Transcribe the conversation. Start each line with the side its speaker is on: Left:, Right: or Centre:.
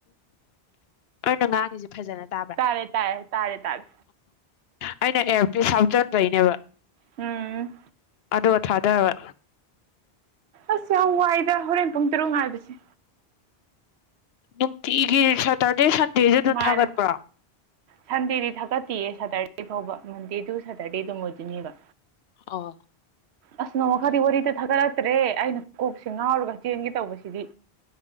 Left: ꯑꯔꯅ ꯉꯥꯡꯉꯤꯁ ꯐꯖꯅ ꯇꯥꯕ꯭ꯔꯥ
Right: ꯇꯥꯔꯦ ꯇꯥꯔꯦ ꯇꯥꯔꯦ ꯇꯥꯔꯦ
Left: ꯑꯩꯅ ꯑꯦꯐ ꯄꯤ ꯁꯥꯎꯆꯟꯕꯩꯅꯦꯕ
Right: ꯎꯝ
Left: ꯑꯗꯣ ꯊꯥꯗꯕ
Right: ꯑꯁ ꯌꯥꯝ ꯋꯥꯏꯗ ꯍꯣꯔꯦꯟ ꯄꯨꯡ ꯇꯔꯨꯛ ꯍꯥꯏꯕꯁꯦ
Left: ꯅꯨꯡꯇꯤꯒꯤ ꯁꯇꯔꯗꯦ ꯁꯟꯗꯦꯗꯨ ꯑꯗꯨꯝ
Right: ꯃꯥꯅꯦ
Left: ꯊꯥꯒꯠꯄ꯭ꯔꯥ
Right: ꯁꯟꯗꯦꯗꯤ ꯊꯥꯒꯠꯇꯤꯌꯦ ꯁꯇꯔꯗꯦ ꯐꯥꯎꯕ ꯃꯟꯗꯦ ꯇꯨ ꯁꯦꯇꯔꯗꯦ ꯑꯗꯨꯝ ꯑꯣꯏꯗꯣꯏꯅꯦꯕ
Left: ꯑ
Right: ꯑꯁ ꯅꯣꯡꯃ ꯈꯔꯗꯤ ꯋꯥꯔꯤꯗ ꯊꯥꯒꯠꯂꯛꯇ꯭ꯔꯦ ꯑꯩꯅ ꯀꯣꯛꯁꯦ ꯉꯥꯎꯔꯒ ꯆꯦꯟꯒꯦ ꯇꯧꯕꯁꯤꯗꯤ